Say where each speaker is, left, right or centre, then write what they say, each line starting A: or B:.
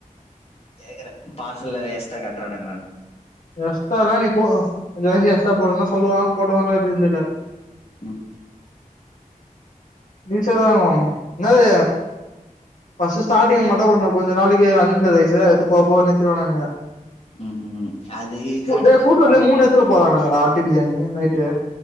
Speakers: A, on the left; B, on the left.
A: கேக்குறே பார்சல் எஸ்ட்ரா காட்றானுங்களானு
B: எஸ்டானா நீ இப்போ கொஞ்சோ இறங்கி எஸ்ட்ரா போனா சொல்லுவாங்க போடுவா எப்டினு தெர்ல
A: உம்
B: நி செல்லணும் என்னது ஃபஸ்ட் ஸ்டார்டிங் மட்டும் கொஞ்சோ கொஞ்ச நாளைக்கு அன்ந்த வயசு எடுத்து போ போன்னு னுங்க
A: ம் ம் அது கட
B: டேய்
A: பிக்கப்
B: கூட்டு வரல
A: ஆகுற
B: மூணு
A: வரையு
B: எடத்துல
A: போடுவா
B: போறாங்கள மேடம் பிரியாணியா நைட்டு